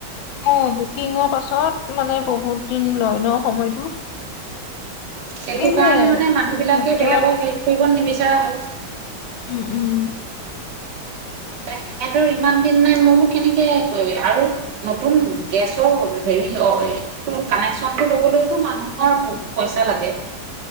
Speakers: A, on the left; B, on the right.
A: অ বুকিঙৰ পাছত মানে বহুত দিন লয় ন সময়টো।
B: সেইটো
A: এই
B: কাৰণে
A: যে
B: মানে মানুহ বিলাকে
A: যুদ্ধ
B: বেলেগক হেল্প কৰিব নিবিচাৰে। <unintelligible>
A: উম, উম।
B: হে সিহঁতৰ ইমান দিন নাই মই বুলো কেনেকে কৰিবি আৰু নতুন গেছৰ হেৰিটো কানেকচনটো লবলৈওতো মানুহৰ বহুত পইচা লাগে।